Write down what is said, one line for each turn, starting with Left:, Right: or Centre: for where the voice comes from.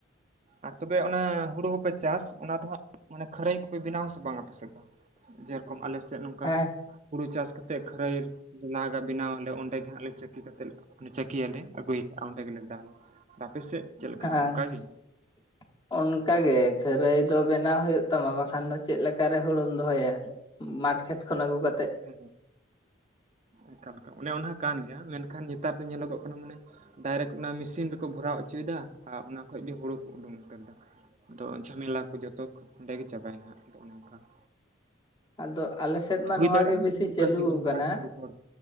Right: ᱟᱨ ᱛᱚᱵᱮ ᱚᱱᱟ ᱦᱩᱲᱩ ᱦᱚᱸᱯᱮ ᱪᱟᱥ ᱚᱱᱟ ᱫᱚ ᱦᱟᱸᱜ ᱢᱟᱱᱮ ᱠᱷᱟᱹᱨᱟᱹᱭ ᱠᱚᱯᱮ ᱵᱮᱱᱟᱣᱟ ᱥᱮ ᱵᱟᱝ ᱟᱯᱮ ᱥᱮᱫ ᱫᱚ? ᱡᱮᱨᱚᱠᱚᱢ ᱟᱞᱮ ᱥᱮᱫ ᱱᱚᱝᱠᱟ
Left: ᱦᱮᱸ
Right: ᱦᱩᱲᱩ ᱪᱟᱥ ᱠᱟᱛᱮᱫ ᱠᱷᱟᱹᱨᱟᱹᱭ ᱵᱮᱱᱟᱣ ᱜᱟ ᱵᱮᱱᱟᱣ ᱟᱞᱮ ᱚᱸᱰᱮ ᱡᱟᱸᱦᱟ ᱟᱞᱮ ᱪᱟᱹᱠᱤ ᱠᱟᱛᱮᱫ ᱪᱟᱹᱠᱤᱭᱟᱞᱮ ᱟᱹᱜᱩᱭᱟᱞᱮ ᱚᱸᱰᱮ ᱜᱮᱞᱮ ᱫᱟᱞ ᱟᱯᱮ ᱥᱮᱫ ᱪᱮᱫ ᱞᱮᱠᱟ
Left: ᱦᱮᱸ ᱦᱮᱸ
Right: ᱚᱱᱠᱟ ᱜᱮ
Left: ᱾ ᱚᱱᱠᱟ ᱜᱮ ᱠᱷᱟᱹᱨᱟᱹᱭ ᱫᱚ ᱵᱮᱱᱟᱣ ᱦᱩᱭᱩᱜ ᱛᱟᱢᱟ ᱵᱟᱠᱷᱟᱱ ᱫᱚ ᱪᱮᱫ ᱞᱮᱠᱟ ᱨᱮ ᱦᱩᱲᱩᱢ ᱫᱚᱦᱚᱭᱟ ᱢᱟᱴᱷ ᱠᱷᱮᱛ ᱠᱷᱚᱱ ᱟᱹᱜᱩ ᱠᱟᱛᱮᱫ ᱾
Right: ᱦᱮᱸ, ᱮᱱᱠᱟ ᱞᱮᱠᱟ ᱚᱱᱮ ᱚᱱᱟ ᱦᱚᱸ ᱠᱟᱱ ᱜᱮᱭᱟ ᱢᱮᱱᱠᱷᱟᱱ ᱧᱮᱛᱟᱨ ᱫᱚ ᱧᱮᱞᱚᱜᱚᱜ ᱠᱟᱱᱟ ᱢᱟᱱᱮ ᱰᱟᱭᱨᱮᱠᱴ ᱚᱱᱟ ᱢᱮᱥᱤᱱ ᱨᱮᱠᱚ ᱵᱷᱚᱨᱟᱣ ᱦᱚᱪᱚᱭᱮᱫᱟ ᱟᱨ ᱚᱱᱟ ᱠᱷᱚᱡ ᱜᱮ ᱦᱩᱲᱩ ᱠᱚ ᱩᱰᱩᱝ ᱩᱛᱟᱹᱨᱮᱫᱟ ᱾ ᱟᱫᱚ ᱡᱷᱟᱢᱮᱞᱟ ᱠᱚ ᱡᱚᱛᱚ ᱚᱸᱰᱮ ᱜᱮ ᱪᱟᱵᱟᱭᱮᱱᱟ ᱟᱫᱚ ᱚᱱᱮ ᱚᱱᱠᱟ ᱾
Left: ᱟᱫᱚ ᱟᱞᱮ ᱥᱮᱫ ᱢᱟ
Right: ᱦᱩᱭ
Left: ᱱᱚᱣᱟ
Right: ᱫᱟᱲᱮᱭᱟᱜᱼᱟ
Left: ᱜᱮ ᱵᱮᱥᱤ
Right: ᱦᱤᱡᱩᱜ
Left: ᱪᱟᱹᱞᱩ
Right: ᱠᱟᱱ ᱫᱤᱱ ᱨᱮ
Left: ᱟᱠᱟᱱᱟ
Right: ᱚᱱᱠᱟ ᱦᱟᱸᱜ ᱡᱚᱛᱚ ᱦᱚᱲ <inaudible>